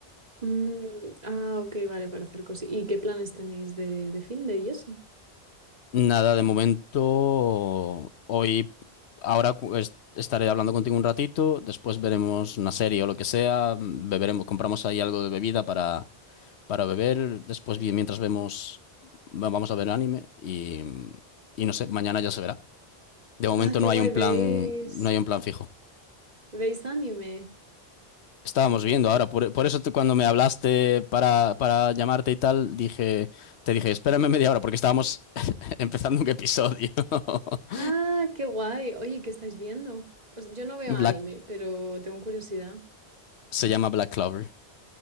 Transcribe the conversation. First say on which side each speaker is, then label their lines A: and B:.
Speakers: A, on the right (about 40°); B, on the left (about 85°).
A: Mm, ah, ok, vale, para hacer cosas. ¿Y qué planes tenéis de, de fin de y eso?
B: nada, de momento, hoy, ahora cu- es- estaré hablando contigo un ratito, después veremos una serie o lo que sea, beberemos, compramos ahí algo de bebida para, para beber, después vi- mientras vemos, va- vamos a ver anime y, y no sé, mañana ya se verá. De momento
A: Ah, qué
B: no
A: guay,
B: hay un plan,
A: ¿veis?
B: no hay un plan fijo.
A: ¿Veis anime?
B: Estábamos viendo ahora, por, por eso tú cuando me hablaste para, para llamarte y tal, dije, te dije, espérame media hora porque estábamos <laughs> empezando un episodio. <laughs>
A: Ah, qué guay. Oye, ¿qué estáis viendo? O sea, yo no veo
B: Black,
A: anime, pero tengo curiosidad.
B: se llama Black Clover.